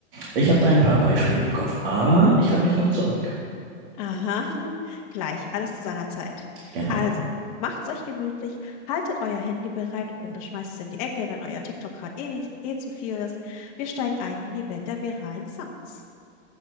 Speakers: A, on the right; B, on the left.
A: Ich habe da ein paar Beispiele im Kopf, aber ich halte mich noch zurück.
B: Aha, <laughs> gleich, alles zu seiner Zeit.
A: Genau.
B: Also, macht's euch gemütlich, haltet euer Handy bereit oder schmeißt es in die Ecke, wenn euer TikTok gerade eh nicht, eh zu viel ist. Wir steigen ein in die Welt der viralen Sounds.